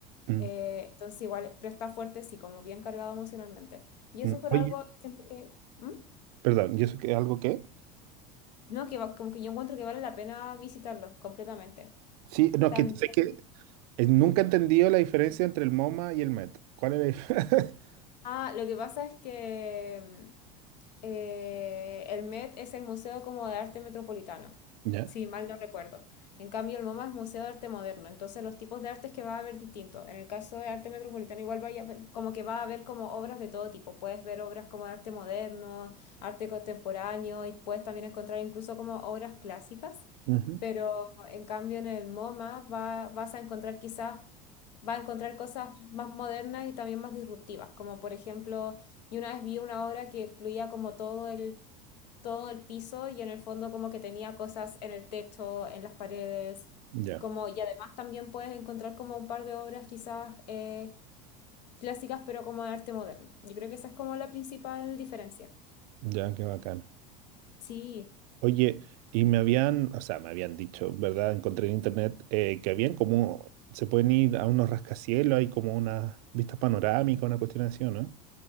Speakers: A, on the right; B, on the left.
A: mm,
B: Eh, entonces igual, pero está fuerte, sí, como bien cargado emocionalmente. Y
A: mm.
B: eso por
A: Oye,
B: algo, siento que, ¿Mm?
A: perdón, ¿y eso qué, algo qué?
B: No, que va- como que yo encuentro que vale la pena visitarlo completamente.
A: Sí, no,
B: También.
A: es que sé que eh, nunca he entendido la diferencia entre el MoMA y el MET. ¿Cuál es la dif- <laughs>
B: Ah, lo que pasa es que... eh, el MET es el Museo como de Arte Metropolitano,
A: Ya.
B: si mal no recuerdo. En cambio, el MoMA es Museo de Arte Moderno, entonces los tipos de artes que va a haber distintos. En el caso de Arte Metropolitano igual vaya a ver- como que va a haber como obras de todo tipo. Puedes ver obras como de arte moderno, arte contemporáneo y puedes también encontrar incluso como obras clásicas.
A: Ujú.
B: Pero en cambio en el MoMA va, vas a encontrar quizás, va a encontrar cosas más modernas y también más disruptivas, como por ejemplo y una vez vi una obra que incluía como todo el, todo el piso y en el fondo como que tenía cosas en el techo, en las paredes,
A: Ya,
B: como, y además también puedes encontrar como un par de obras quizás eh, clásicas, pero como de arte moderno. Yo creo que esa es como la principal diferencia.
A: ya, qué bacán.
B: Sí,
A: Oye, y me habían, o sea, me habían dicho, ¿verdad? Encontré en internet eh, que habían como, se pueden ir a unos rascacielos, hay como una vista panorámica, una cuestión así, ¿o ¿no?